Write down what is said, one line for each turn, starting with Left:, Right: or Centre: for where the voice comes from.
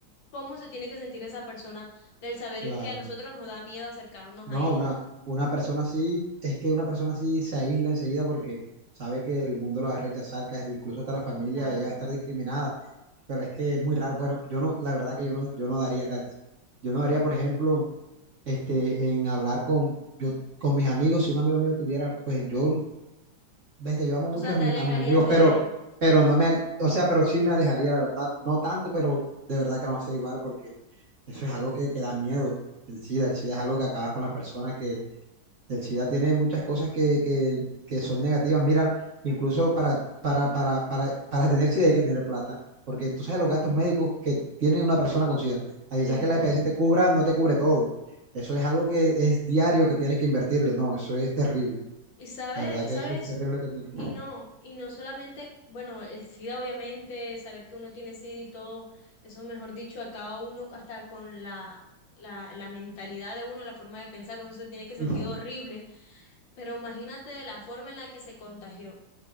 Left: cómo se tiene que sentir esa persona del saber
Right: Claro.
Left: que a nosotros nos da miedo acercarnos
Right: No,
Left: a ella.
Right: una, una persona así, es que una persona así se aísla enseguida porque sabe que el mundo la va a rechazar, casi incluso hasta la familia,
Left: Claro.
Right: ella va a estar discriminada. pero es que es muy raro. Bueno, yo no, la verdad que yo no, yo no daría, Katy. Yo no daría, por ejemplo, este, en hablar con, yo, con mis amigos, si un amigo mío tuviera, pues yo, vete, yo amo mucho
Left: O sea,
Right: a,
Left: te
Right: mi-
Left: alejarías
Right: a mis amigos,
Left: de
Right: pero,
Left: él.
Right: pero no me, al- o sea, pero sí me alejaría, la verdad, no tanto, pero de verdad que no va a ser igual, porque eso es algo que, que da miedo, el SIDA, el SIDA es algo que acabas con las personas que, el SIDA tiene muchas cosas que, que, que son negativas. Mira,
Left: Claro.
Right: incluso para, para, para, para, para tener SIDA hay que tener plata, porque tú sabes los gastos médicos que tiene una persona con SIDA. Así
Left: Sí,
Right: sea que
Left: es
Right: la
Left: verdad.
Right: EPS te cubra, no te cubre todo. Eso es algo que es diario que tienes que invertirle. No, eso es terrible.
Left: Y sabes,
Right: La verdad
Left: y
Right: que
Left: sabes
Right: eso es terrible tenerlo.
Left: Y no, y no solamente, bueno, el SIDA obviamente, saber que uno tiene SIDA y todo, eso mejor dicho, acaba uno hasta con la, la, la mentalidad de uno, la forma de pensar, uno se tiene que sentir
Right: Mm.
Left: horrible, pero imagínate de la forma en la que se contagió.